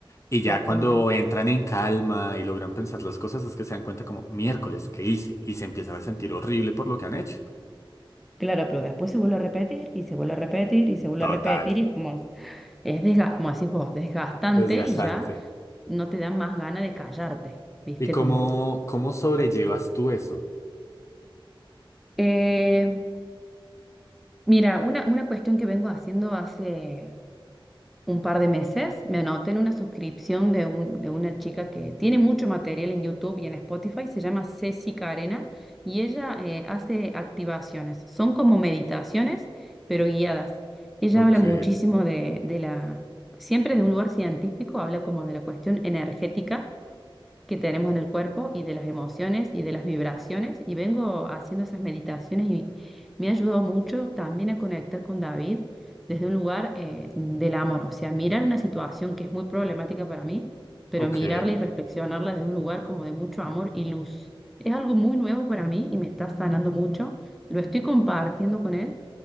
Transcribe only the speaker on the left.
y ya
cuando entran en calma y logran pensar las cosas es que se dan cuenta como miércoles, ¿qué hice? Y se empiezan a sentir horrible por lo que han hecho.
Total,
desgastante.
¿Y cómo,
cómo sobrellevas tú eso?
Ok.
Ok,